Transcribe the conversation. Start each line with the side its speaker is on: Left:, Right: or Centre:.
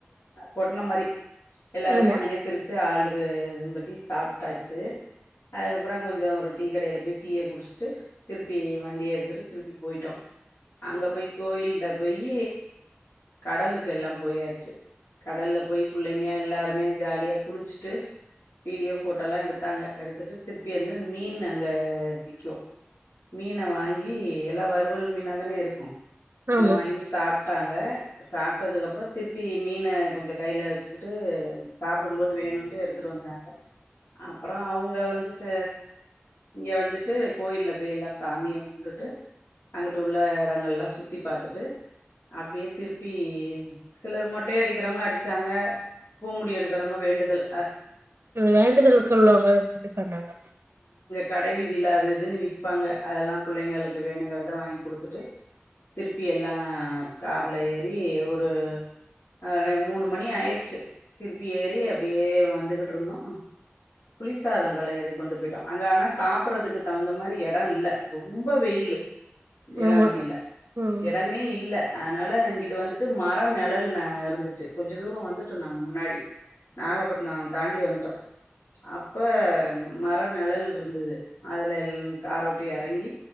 Left: பொட்டன மாரி எல்லாருமே
Right: ஆமா
Left: அங்கனேயே பிரிச்சு ஆளு <inaudible> சாப்டாச்சு அதுக்கப்பற கொஞ்ச ஒரு டீ கடயில போய் டீய குடிச்சுட்டு திருப்பி வண்டிய எடுத்துட்டு திருப்பி போய்ட்டோ அங்க போயி கோயில்ல போயி கடலுக்கு எல்லா போயாச்சு கடல்ல போய் புள்ளைங்க எல்லாருமே ஜாலியா குளிச்சுட்டு வீடியோ போட்டா எல்லா எடுத்தாங்க எடுத்துட்டு திருப்பி வந்து மீன் மீன் அங்க விக்கு மீன வாங்கி எல்லா வருவல் மீனா தானே இருக்கு எல்லா
Right: ஆமா
Left: வாங்கி சாப்ப விட்டாங்க சாப்பிட்டதுக்கு அப்புற திருப்பி மீனு கொஞ்ச கையில வச்சுக்கிட்டு சாப்பிடு போது வேணும்ட்டு எடுத்துட்டு வந்தாங்க அப்புற அவுங்க வந்து ச இங்க வந்துட்டு கோயில போய் எல்லா சாமியை கும்பிடுட்டு அங்குட்டு உள்ள இடங்கள் எல்லா சுத்தி பாத்துட்டு அப்புடியே திருப்பி சிலர் மொட்டைய அடிக்கிறவங்க அடிச்சாங்க பூமுடி எடுக்கிறவங்க வேண்டுதல
Right: வேண்டுதலுக்கு உள்ளவங்க எப்பிடி பண்ணாங்க
Left: கடைவி ழ இல்ல அது இதுன்னு விப்பாங்க அதெல்லா புள்ளைங்களுக்கு வேணுங்கிறத வாங்கி குடுத்துட்டு திருப்பி எல்லா கார்ல ஏறி ஒரு அஹ மூணு மணி ஆயிருச்சு திருப்பி ஏறி அப்புடியே வந்துகிட்டு இருந்தோ புளி சாதங்களறி கொண்டு போயிட்டோ அங்க ஆனா சாப்புறதுக்கு தகுந்த மாரி எட இல்ல ரொம்ப வெயிலு வேளாங்கணில
Right: ஆமா ம்
Left: எடமே இல்ல அதனால இங்கிட்டு வந்துட்டு மர நிழல் இருந்துச்சு கொஞ்ச தூர வந்துட்டோ நாங்க முன்னாடி நாகப்பட்டின தாண்டி வந்துட்டோ அப்ப மர நிழல் இருந்தது அதுல காரவுட்டி இறங்கி